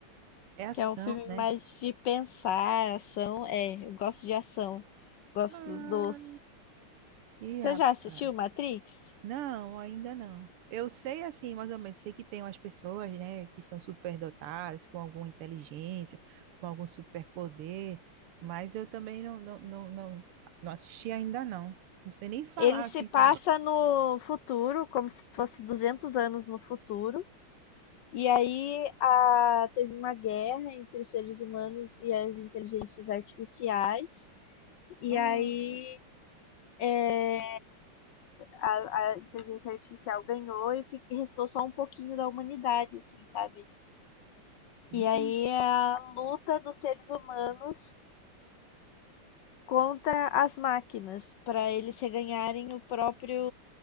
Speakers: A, on the right; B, on the left.
A: é ação,
B: que é um filme
A: né?
B: mais de pensar, ação. É, eu gosto de ação. Gosto
A: Ah,
B: dos.
A: Ih,
B: Você
A: rapaz.
B: já assistiu Matrix?
A: Não, ainda não. Eu sei, assim, mais ou menos, sei que tem umas pessoas, né, que são superdotadas, com alguma inteligência, com algum superpoder, mas eu também não, não, não, não, não assisti ainda, não. Não sei nem falar,
B: Ele se
A: assim,
B: passa
A: como...
B: no futuro, como se fosse 200 anos no futuro. E aí a, teve uma guerra entre os seres humanos e as inteligências artificiais. E
A: Nossa,
B: aí é, a, a inteligência artificial ganhou e fi- restou só um pouquinho da humanidade, assim, sabe?
A: vixe.
B: E aí é a luta dos seres humanos contra as máquinas, para eles reganharem o próprio,